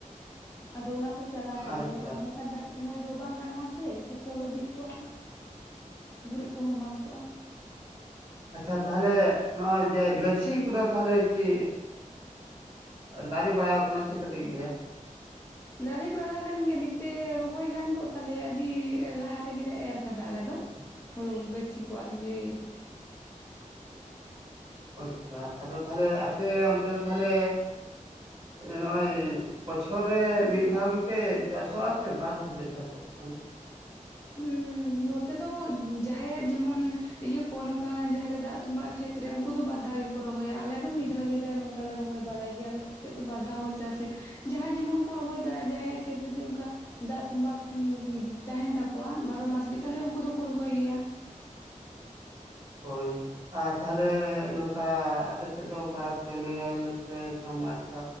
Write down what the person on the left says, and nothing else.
ᱟᱫᱚ ᱚᱱᱟ ᱠᱚ ᱪᱟᱞᱟᱣ ᱠᱟᱜ
ᱦᱩᱭᱩᱜᱼᱟ ᱠᱷᱟᱱ ᱫᱟᱜ ᱥᱩᱢᱟᱹᱭ ᱫᱚ ᱵᱟᱝ ᱜᱟᱱᱚᱜᱼᱟ ᱥᱮ ᱠᱷᱮᱛ ᱦᱚᱸ ᱞᱟᱹᱵᱜ ᱠᱚᱜᱼᱟ ᱜᱩᱨᱤᱡ ᱠᱚ ᱦᱟᱢᱟᱞ ᱠᱚ <inaudible>
ᱫᱟᱨᱮ ᱵᱟᱲᱟ ᱠᱟᱱ ᱜᱮᱭᱟ ᱱᱤᱛ ᱛᱮ ᱨᱚᱦᱚᱭ ᱜᱟᱱ ᱠᱚᱜᱼᱟ ᱛᱟᱞᱮᱭᱟ ᱟᱹᱰᱤ ᱞᱟᱦᱟ ᱨᱮᱜᱮᱞᱮ ᱮᱨ ᱠᱟᱫᱟ ᱟᱞᱮ ᱫᱚ ᱦᱩᱲᱩ ᱜᱟᱹᱪᱷᱤ ᱠᱚ ᱟᱨᱜᱤ
ᱦᱩᱸ ᱱᱚᱛᱮ ᱫᱚ ᱡᱟᱦᱟᱸᱭᱟᱜ ᱡᱮᱢᱚᱱ ᱤᱭᱟᱹ ᱠᱚ ᱱᱚᱝᱠᱟ ᱡᱟᱦᱟᱸᱨᱮ ᱫᱟᱜ ᱛᱵᱟᱜ ᱠᱷᱮᱛ ᱨᱮ ᱩᱱᱠᱩ ᱫᱚ ᱵᱟᱫᱷᱟᱣ ᱜᱮᱠᱚ ᱨᱚᱦᱚᱭᱟ ᱟᱞᱮᱚ ᱢᱤᱫ ᱫᱷᱟᱣ ᱜᱮᱞᱮ ᱱᱚᱝᱠᱟ ᱞᱮ ᱨᱚᱦᱚᱭ ᱵᱟᱲᱟᱭ ᱜᱮᱭᱟᱞᱮ ᱪᱮᱫ ᱫᱚ ᱵᱟᱫᱷᱟᱣ ᱦᱚᱸ ᱪᱟᱥ ᱜᱮᱭᱟ᱾ ᱡᱟᱦᱟᱸᱭ ᱡᱮᱢᱚᱱ ᱠᱚ ᱨᱚᱦᱚᱭ ᱫᱟᱲᱮᱭᱟᱜᱼᱟ ᱡᱟᱦᱟᱸᱭᱟᱜ ᱠᱷᱮᱛ ᱡᱩᱫᱤ ᱚᱱᱠᱟ ᱫᱟᱜ ᱛᱩᱢᱵᱟᱟᱜ ᱛᱟᱦᱮᱱ ᱛᱟᱠᱚᱣᱟ ᱵᱟᱨᱚ ᱢᱟᱥ ᱜᱮ ᱛᱟᱦᱚᱞᱮ ᱩᱱᱠᱩ ᱫᱚᱠᱚ ᱨᱚᱦᱚᱭ ᱜᱮᱭᱟ᱾